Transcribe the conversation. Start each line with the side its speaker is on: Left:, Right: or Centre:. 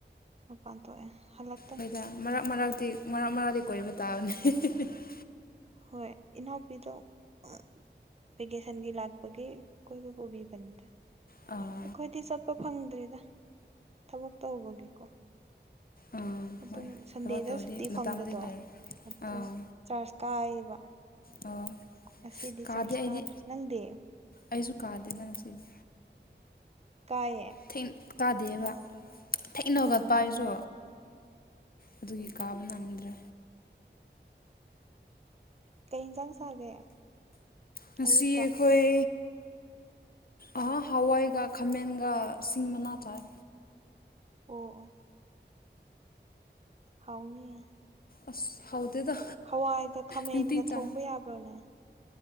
Right: ꯃꯄꯥꯟ ꯊꯣꯛꯑꯦ ꯍꯂꯛ__
Left: ꯍꯣꯏꯗ ꯃꯔꯛ ꯃꯔꯛꯇꯤ ꯃꯔꯛ ꯃꯔꯛꯇꯤ ꯀꯣꯏꯕ ꯇꯥꯕꯅꯤ <unintelligible>
Right: ꯍꯣꯏ ꯏꯅꯥꯎꯄꯤꯗꯣ <unintelligible> ꯚꯦꯀꯦꯁꯟꯒꯤ ꯂꯥꯛꯄꯒꯤ ꯀꯣꯏꯕ ꯄꯨꯕꯤꯕꯅꯤꯗ
Left: ꯑꯥ
Right: ꯑꯩꯈꯣꯏꯗꯤ ꯆꯠꯄ ꯐꯪꯗ꯭ꯔꯦꯗ ꯊꯕꯛ ꯇꯧꯕꯒꯤꯀꯣ
Left: ꯑꯥ
Right: ꯑꯗꯨꯝ
Left: ꯍꯣꯏ
Right: ꯁꯟꯗꯦꯗ
Left: ꯊꯕꯛ ꯇꯧꯔꯗꯤ
Right: ꯁꯨꯇꯤ
Left: ꯃꯇꯝꯗꯤ
Right: ꯐꯪꯕꯗꯣ
Left: ꯂꯩꯔꯦ
Right: ꯑꯗꯨ
Left: ꯑꯥ
Right: ꯆ꯭ꯔꯆ ꯀꯥꯏꯌꯦꯕ
Left: ꯑꯣ
Right: ꯉꯁꯤꯗꯤ
Left: ꯀꯥꯗꯦ
Right: ꯆ꯭ꯔꯆ
Left: ꯑꯩꯗꯤ
Right: ꯀꯥꯗ꯭ꯔꯦ ꯅꯪꯗꯤ
Left: ꯑꯩꯁꯨ ꯀꯥꯗꯦꯗ ꯉꯁꯤꯗꯤ
Right: ꯀꯥꯏꯌꯦ
Left: ꯊꯦꯡ ꯀꯥꯗꯦꯕ ꯊꯦꯡꯅ ꯍꯧꯒꯠꯄ
Right: ꯑꯣ
Left: ꯑꯩꯁꯨ ꯑꯗꯨꯒꯤ ꯀꯥꯕ ꯅꯪꯗ꯭ꯔꯦ
Right: ꯀꯩ ꯍꯦꯟꯖꯥꯡ ꯆꯥꯒꯦ
Left: ꯉꯁꯤ
Right: ꯑꯌꯨꯛꯇ
Left: ꯑꯩꯈꯣꯏ ꯑꯍ ꯍꯋꯥꯏꯒ ꯈꯥꯃꯦꯟꯒ ꯁꯤꯡ ꯃꯅꯥ ꯆꯥꯏꯌꯦ
Right: ꯑꯣ ꯑꯣ ꯍꯥꯎꯅꯤꯌꯦ
Left: ꯑꯁ ꯍꯥꯎꯇꯦꯗ
Right: ꯍꯋꯥꯏꯒ ꯈꯥꯃꯦꯟꯒ
Left: ꯅꯨꯡꯇꯤ ꯆꯥꯏ
Right: ꯊꯣꯡꯕ ꯌꯥꯕ꯭ꯔꯣꯅꯦ